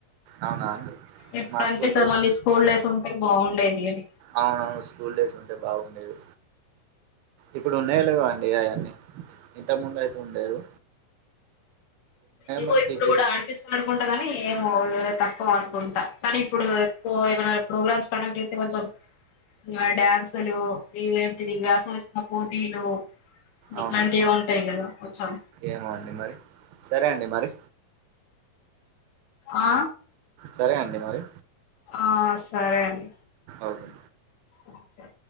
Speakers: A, on the right; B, on the left.
A: అవునా అండి
B: ఇప్పుడు
A: మా
B: అనిపిస్తది
A: స్కూల్లో
B: మళ్ళీ స్కూల్ డేస్ ఉంటే బాగుండేది అని
A: అవునవును స్కూల్ డేస్ ఉంటే బాగుండేది ఇప్పుడు ఉన్నాయో లేవో అండి అయన్నీ ఇంత ముందు అయితే ఉండేది
B: ఇగో
A: మరి
B: ఇప్పుడు
A: తీసేసి
B: గూడా ఆడిపిస్తుందనుకుంటా గాని ఏమో తక్కువ అనుకుంటా కానీ ఇప్పుడు ఎక్కువ ఏమైనా ప్రోగ్రామ్స్ పనంటేతే కొంచెం మా డ్యాన్సులు ఇగ ఏంటిది వ్యాసరచన పోటీలు
A: అవునా
B: ఇట్లాంటివి ఉంటయ్ గదా కొంచం
A: ఏమో అండి మరి సరే అండి మరి
B: ఆ
A: సరే అండి మరి
B: ఆ సరే అండి
A: ఓకే
B: ఓకే